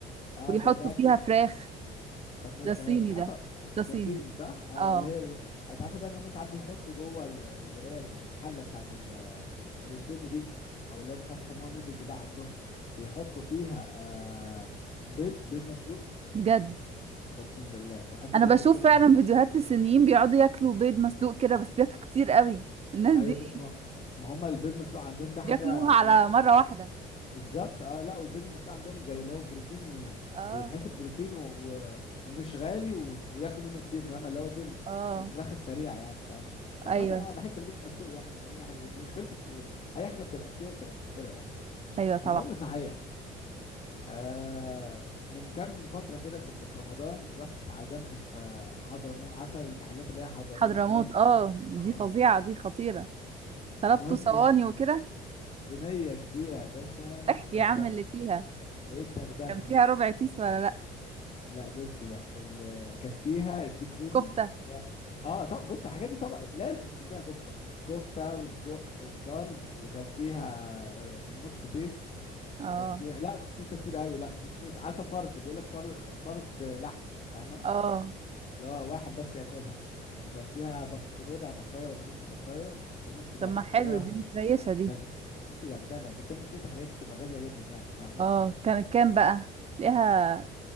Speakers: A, on the left; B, on the right.
A: اه
B: ويحطوا
A: ده ده أكل
B: فيها فراخ
A: طب ما
B: ده صيني
A: آه، مش عارفه
B: ده ده صيني
A: ده صيني صح اه
B: اه
A: اللي هي تعرفي بقى ان هم ساعات بيحطوا جوه ال- اللي هي الحله بتاعت ال- الاندومي دي او اللي هو مش عارف يسموها نودلز بقى عندهم بيحطوا فيها آه بيض بيض مسلوق
B: بجد
A: اقسم بالله يحطوا
B: انا
A: بيض
B: بشوف
A: مسلوق ما
B: فعلا
A: تف-
B: فيديوهات للصينيين بيقعدوا ياكلوا بيض مسلوق كده بس بياكلوا كتير قوي الناس
A: ايوه
B: دي
A: يا بنت ما ما هم البيض مسلوق عندهم ده
B: بياكلوها
A: حاجه
B: على
A: اللي
B: مرة واحدة
A: بالظبط اه لا والبيض المسلوق عندهم زي اللي هو بروتين زي-
B: اه
A: يتحسب بروتين و... و... ومش غالي و... وياكلوا منه كتير فاهمه اللي هو دي ال-
B: اه
A: الفراخ السريعه يعني فاهمه وعامه
B: ايوه
A: انا بحب البيض المسلوق يعني ما- ما بحب- بس مشكلته كتير اي حاجه بتبقى كتير بتبقى مشكله يعني
B: ايوه طبعا
A: المهم صحيح آه من كام فتره كده كنت في رمضان رحت اتعزمت في آه، حضرموت عارفه المحلات اللي هي حضرموت
B: حضرموت
A: مانس
B: اه
A: اه
B: دي فظيعه دي خطيره طلبته
A: المهم
B: صواني وكده
A: صينيه كبيره يا باشا
B: احكي
A: دغدغه
B: يا عم اللي فيها
A: ايه الدغدغه
B: كان فيها ربع تيس ولا لا
A: لا بس بقى ال... كان فيها ديك رومي
B: كفته
A: كان- اه طب بص الحاجات دي طبعا لازم تكون فيها كفته كفته وسجق وطرب وكان فيها نص تيس
B: اه
A: وكان فيها لا نص تيس ده كتير قوي لا مش نص عارفه فرد بيقول لك فرد فرد لحم فاهمه
B: اه
A: اللي هو واحد بس ياكلها وكان فيها بط... ربع بطايه ولا نص بطايه ونص فرخه
B: طب ما حلو
A: يا لهوي
B: دي متريشه دي
A: دغد... يا بنتي دغدغه بس هي مشكله الحاجات دي بتبقى غاليه جدا يعني فاهمه
B: اه كانت كام بقى تلاقيها